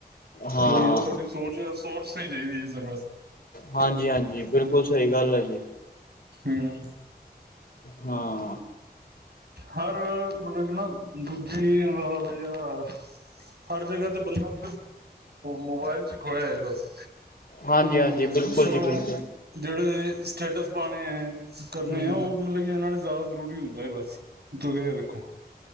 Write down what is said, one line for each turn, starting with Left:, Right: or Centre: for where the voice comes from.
Left: ਹਾਂ
Right: ਉਹੀ ਹੈ ਤੁਹਾਡੀ ਸੋਚ ਸੋਰਸ ਚਾਹੀਦੀ ਹੈ ਸਰ ਬ
Left: ਹਾਂਜੀ ਹਾਂਜੀ ਬਿਲਕੁਲ ਸਹੀ ਗੱਲ ਹੈ ਜੀ
Right: ਹਮ
Left: ਹਾਂ
Right: ਹਰ ਮਤਲਬ ਕਹਿੰਦਾ ਹਰ ਜਗ੍ਹਾ ਤੇ ਬੰਦਾ ਮੋਬਾਇਲ ਚ ਖੋਏ ਹੈ ਬਸ
Left: ਹਾਂਜੀ ਹਾਂਜੀ ਬਿਲਕੁਲ
Right: ਸੋ
Left: ਜੀ ਬਿਲਕੁਲ
Right: ਜਿਹੜੇ ਸਟੇਟਸ ਪਾਣੇ ਹੈ ਕਰਨੇ
Left: ਹਮ
Right: ਆ ਉਹ ਮਤਲਬ ਕਿ ਇਹਨਾਂ ਨੇ ਜ਼ਿਆਦਾ ਜ਼ਰੂਰੀ ਹੁੰਦਾ ਹੈ ਬਸ ਤੁਸੀਂ ਇਹ ਦੇਖੋ